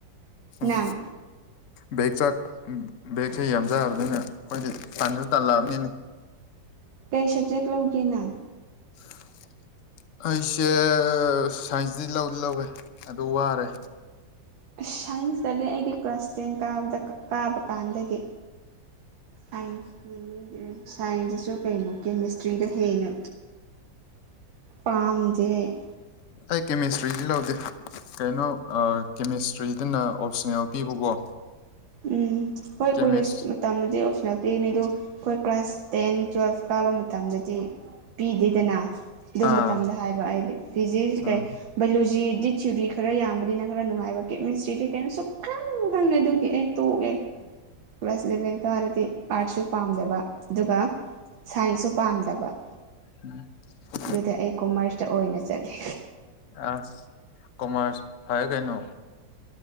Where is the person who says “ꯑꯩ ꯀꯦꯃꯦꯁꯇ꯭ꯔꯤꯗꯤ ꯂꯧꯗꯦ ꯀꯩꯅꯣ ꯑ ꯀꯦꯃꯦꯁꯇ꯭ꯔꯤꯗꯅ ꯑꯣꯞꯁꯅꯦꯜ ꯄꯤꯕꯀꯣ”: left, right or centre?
Left